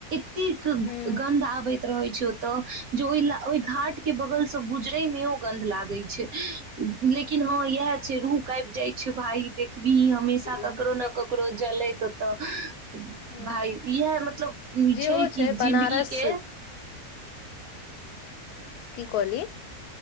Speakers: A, on the right (about 65°); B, on the left (about 80°).
A: कतेक
B: हूँ
A: गन्ध आबैत रहय छ तऽ जे ओहि ल ओहि घाट के बगल से गुजरै मे ओ गन्ध लागै छै लेकिन हँ इएह छै रूह कापि जाय छै भाय देखबिही हमेशा
B: निकले
A: ककरो ने ककरो जलैत ओ तऽ
B: हूँ
A: भाय इएह मतलब इ
B: जेहो
A: छै कि
B: बनारस
A: जिंदगीे के
B: की कहली